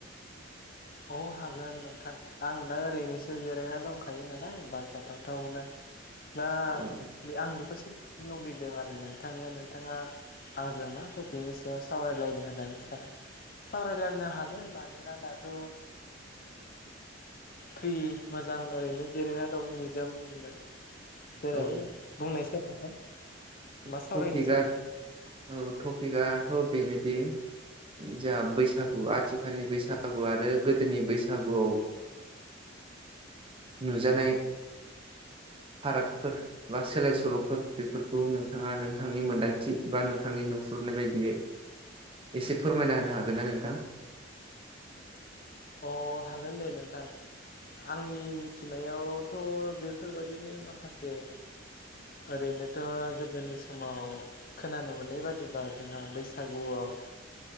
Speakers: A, on the left (about 45°); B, on the right (about 25°).
A: औ हागोन नोंथां। आं दा ओरैनोसो जिरायना दंखायो नालाय बार जाथावथावनो दा।
B: औ
A: बे आं बेखौ सोंनो लुगैदों आरो नोंथांनियाव नोंथाङा। आंजों मा टपिकनि सायाव सावरायलायदों होननानै सानो। सावरायलायनो हागोन मानोना दाथ'। फ्रि मोजां ओरैनो जिरायना दं निजोमनो। देलाय
B: औ
A: बुंनायसाय नोंथां। मा
B: टपिकआ
A: सावरायनो सानदों?
B: औ टपिकआथ' बेनोदि जों बैसागु आथिखालनि बैसागु आरो गोदोनि बैसागुआव नुजानाय फारागफोर बा सोलाय सोल'फोर बेफोरखौ नों नोंथाङा नोंथांनि मोन्दांथि बा नोंथांनि नुसुरनाय बायदियै एसे फोरमायना होनो हागोन ना नोंथां?
A: अ हागोन दे नोंथां। आंनि मिथिनायावथ' बेफोरबादिनो माखासे ओरैनोथ' गोदोनि समाव खोनानो मोननाय बादिब्ला जोंहा बैसागुआव